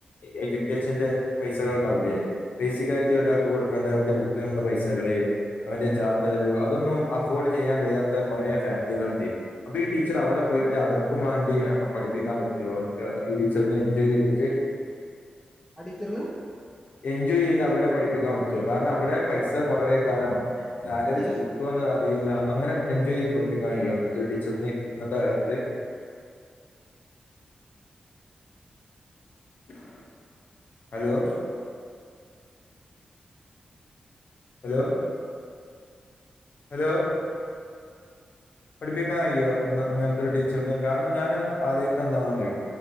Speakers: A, on the left; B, in the centre.
A: എഡ്യൂക്കേഷന്റെ പൈസകൾ ഉണ്ടാവൂലേ ബേസിക് ആയി ഒരാക്ക് കൊടുക്കണ്ട അവന്റെ ബു ളുള്ള പൈസകള് അവന്റെ ചാർത്ത ചെലവ് അതൊന്നും അഫോർഡ് ചെയ്യാൻ കയ്യാത്ത കൊറേ ഫാമിലികളുണ്ട് അപ്പീ ട്ടീ ചർ അവടെ പോയിട്ട്
B: ആ
A: അവർക്കുവാ ഇയ പഠിപ്പിക്കാൻ പറ്റോ അവർക്ക് ഈ ടീച്ചർനെ എൻജോയ് ചെയ്തിട്ട്
B: ആ ടീച്ചന്
A: എൻജോയ് ചെയ്ത് അവിടെ പഠിപ്പിക്കാൻ പറ്റോ കാരണം അവിടെ പൈസ കുറവേക്കാരം സാലറി
B: യെസ്
A: കിട്ടോന്ന് അറിയില്ല അങ്ങനെ എൻജോയ് ചെയ്ത് പഠപ്പിക്കൻ കയ്യോ അങ്ങൻ ത്തൊരു ടീച്ചർന് ഇന്നത്തെ കാലത്ത് <unintelligible> ഹലോ <unintelligible> ഹലോ ഹലോ പഠിപ്പിക്കാൻ കയ്യോ അങ്ങൻത്തൊരു ടീച്ചന് കാരണം ഞാന് ആലോയ്‌ക്ക്ണെന്താന്നറിയോ